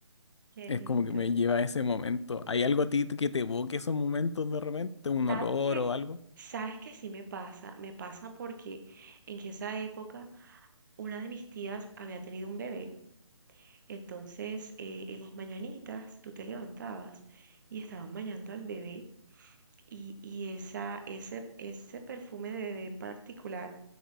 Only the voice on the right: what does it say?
qué
lindo.
¿Sabes
qué?
¿Sabes qué sí me pasa? Me pasa porque en que esa época una de mis tías había tenido un bebé, entonces eh, en las mañanitas tú te levantabas y estaban bañando al bebé y, y esa, ese, ese perfume de bebé en particular